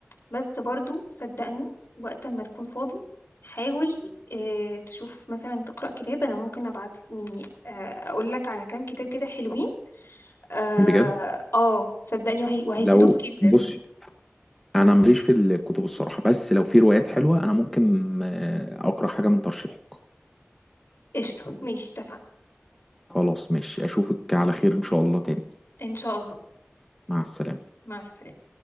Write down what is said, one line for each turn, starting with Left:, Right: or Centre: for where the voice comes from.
Left: بس برضو صدقني وقت ما تكون فاضي حاول اه تشوف مثلا تقرا كتاب انا ممكن ابعت يعني اه اقول لك على كام كتاب كده حلوين اه,
Centre: بجد
Left: آه صدقني وهي... وهيفيدوك
Centre: لو
Left: جدا
Centre: <laughs> بصي انا ماليش في الكتب الصراحه بس لو في روايات حلوه انا ممكن آه، اقرا حاجه من ترشيحك
Left: قشطه ماشي اتفقنا
Centre: خلاص ماشي اشوفك على خير ان شاء الله تاني
Left: ان شاء الله
Centre: مع السلامة
Left: مع السلامه